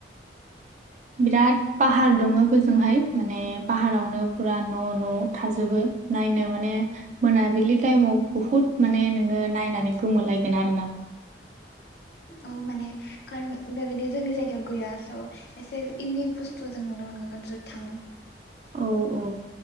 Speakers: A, on the right; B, on the left.
A: बिराद पाहार दङ बोजोंहाय माने पाहारावनो फुरा न' न' थाजोबो नायनो माने मोनाबिलि टाइमाव बहुत माने नोङो नायनानै गोमोलायगोन आरो
B: औ माने खो बेबायदि जोंनि जायगायाव गैया स' एसे इउनिक बुस्थु जों नुनो मोनगोन जे थां
A: औ औ